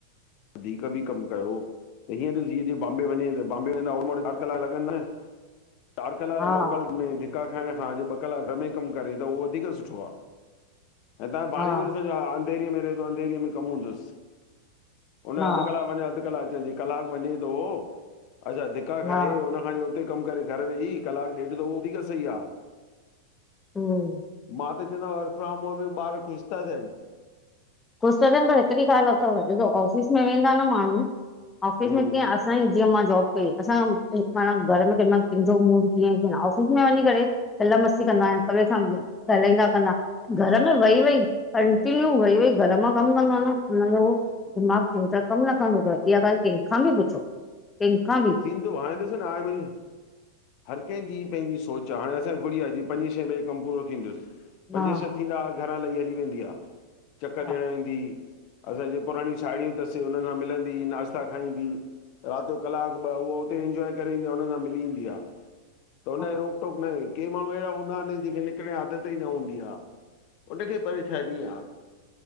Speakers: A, on the left; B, on the left.
A: वधीक बि कमु कयो। त हीअं त जीअं जीअं तीअ बम्बे वञे त बम्बे वेंदा वटि चारि कलाक लॻंदा चारि कलाक
B: हा
A: लोकल। में धिका खाइण खां अ जेु ॿ कलाक घर में कमु करे त उहो वधीक सुठो आ। हितां पाणी
B: हा
A: जो सॼो अधेेरीअ में रहे थो अधेेरीअ में कमु हूंदुसि। उन
B: हा
A: अधु कलाकु वञे अधु कलाकु अचण थी। कलाकु वञे थो अच्छा धिका
B: हा
A: खाए हुनखां उते कमु करे घर वेही कलाकु ॾेढ त उहो वधीक सही आ।
B: हूंम। <unintelligible>
A: मां त चवंदोआ वर्क फ्रॉम होम में ॿार ख़ुशि था थियनि।
B: ख़ुशि था थियनि पर हिकिड़ी ॻाल्हि अथव को ऑफिस में वेंदा न माण्हू ऑफिस
A: हम्म,
B: में कीअं असांई। जीअं मां जॉब कई असां माना घर में क कंहिंजो मूड कीअं क ऑफिस में वञी करे। खिल मस्ती कंदा हिकॿिए सां ॻाल्हाईंदा कंदा। घर में वई, वई कंटीन्यू वई, वई। घर मां कमु कंदो आहेय न हुनज जो दिमाग़ चिनता कमु न कंदो तव इहा ॻाल्हि कंहिंख खां बि पुछो। कहिखा बि।
A: थींदो हाणे ॾिसो न हाणे मुंहिंजी हर कंहिंजी पंहिंजी सोच आ। हाणे असांजी गुड़िया अॼु पंजे छें बजे कमु पूरो थींदुसि पंजे
B: हा
A: छह थींदा घरां लही, हली वेंदी आहे चकर
B: हा
A: ॾियणु वेंदी। असांजी पुराणी साहेड़ियूं अथसि हुननि सां मिलंदी नाश्ता खाईंदी राति जो कलाकु। उ उते इंजॉय करे ईंदी आहे हुन सां मिली ईंदी आहे त हुनो
B: हा
A: रो अटोक न के माण्हू अहिड़ा हूंदा आहिनि जेके निकिरे आदत ई न हूंदी आह। उनखे परेशानी आ।